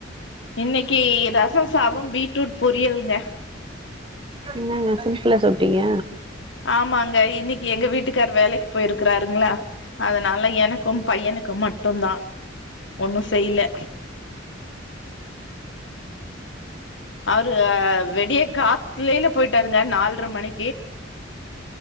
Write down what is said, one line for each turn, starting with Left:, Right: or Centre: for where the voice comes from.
Left: இன்னைக்கு ரச சாத பீட்ரூட் பொரியல்ங்க
Right: என்னங்க சிம்பிள சொல்டீங்க
Left: ஆமாங்க இன்னைக்கு எங்க வீட்டுக்கார் வேலைக்கு போயிருக்கிறாருங்களா அதனால எனக்கு பையனுக்கு மட்டுந்தா ஒண்ணு செய்யல அவரு வெடியே கா கிளையில போயிட்டாருங்க நால்ர மணி